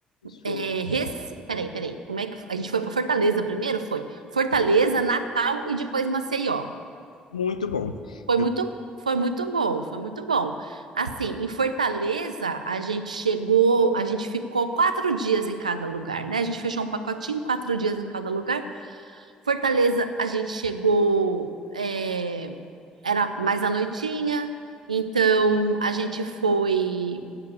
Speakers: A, on the left (about 80°); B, on the right (about 85°).
A: Show.
B: É, Rec... Peraí, peraí. Como é que a gente foi para Fortaleza primeiro? Foi Fortaleza, Natal e depois Maceió.
A: Muito bom.
B: Foi
A: Eu
B: muito, foi muito bom, foi muito bom. Assim, em Fortaleza a gente chegou, a gente ficou quatro dias em cada lugar, né? A gente fechou um pacotinho, quatro dias em cada lugar. Fortaleza a gente chegou, é, era mais à noitinha. Então a gente foi